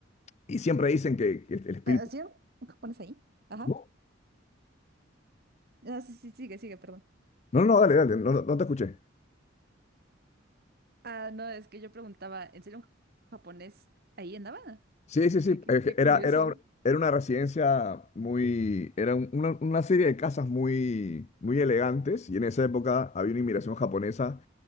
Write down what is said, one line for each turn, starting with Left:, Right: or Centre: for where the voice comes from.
Left: Y siempre dicen que, que el espíritu...
Right: ¿Así? ¿Qué ¿Pones ahí? Ajá.
Left: ¿Cómo?
Right: Ah, sí, sí, sigue, sigue, perdón.
Left: No, no, dale, dale, no, no no te escuché.
Right: Ah, no, es que yo preguntaba, ¿en serio un japonés ahí andaba?
Left: Sí, sí, sí,
Right: Qué, qué,
Left: es
Right: qué
Left: que era,
Right: curioso.
Left: era, era una residencia muy, era un- una, una serie de casas muy, muy elegantes y en esa época había una inmigración japonesa